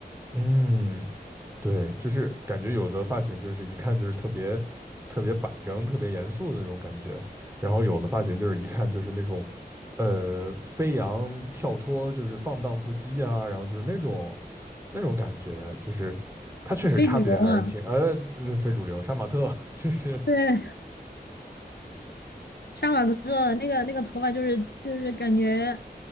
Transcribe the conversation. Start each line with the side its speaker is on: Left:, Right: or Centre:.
Right: 嗯，对，就是感觉有的发型就是一看就是特别特别板正、特别严肃的那种感觉，然后有的发型就是一看就是那种，呃，飞扬跳脱，就是放荡不羁啊，然后就是那种那种感觉，就是它确实差别还是挺呃，
Left: 非主流啊，
Right: 那非主流杀马特 <laughs> 就是
Left: 对，杀马特那个那个头发，就是就是感觉